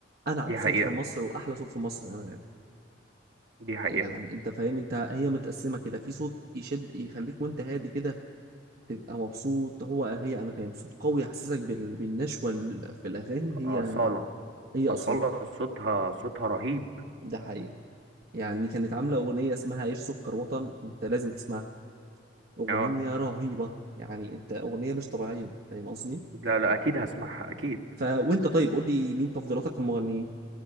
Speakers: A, on the right (about 55°); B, on the right (about 70°).
A: انعم
B: دي
A: صوت
B: حقيقة
A: في مصر واحلى صوت في مصر انغام
B: دي حقيقة
A: يعني انت فاهم انت هي متقسمه كده في صوت يشد يخليك وانت هادي كده تبقى مبسوط هو هي انغام صوت قوي يحسسك بال... بالنشوه ال- في الاغاني
B: أصالة
A: هي هي اصاله
B: أصالة صوتها صوتها رهيب
A: ده حقيقي يعني كانت عامله اغنيه اسمها عيش سكر وطن انت لازم تسمعها أغنية
B: اه
A: رهيبة يعني أنت أغنية مش طبيعية فاهم قصدي؟
B: لا لا أكيد هسمعها أكيد
A: فوأنت طيب قول لي مين تفضيلاتك في المغنيين؟